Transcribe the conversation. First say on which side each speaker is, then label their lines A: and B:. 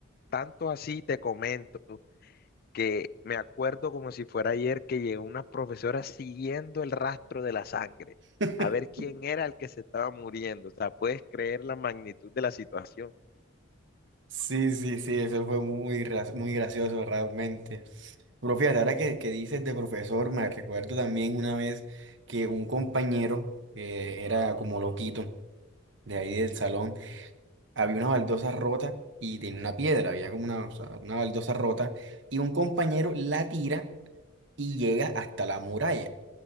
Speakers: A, on the left (about 45°); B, on the right (about 65°).
A: Tanto así te comento que me acuerdo como si fuera ayer que llegó una profesora siguiendo el rastro de la sangre,
B: <laughs>
A: a ver quién era el que se estaba muriendo. O sea, puedes creer la magnitud de la situación.
B: Sí, sí, sí, eso fue muy, gra- muy gracioso realmente. Pero fíjate, ahora que, que dices de profesor, me recuerdo también una vez que un compañero que era como loquito de ahí del salón, había una baldosa rota y tenía una piedra, había como una, o sea, una baldosa rota y un compañero la tira y llega hasta la muralla.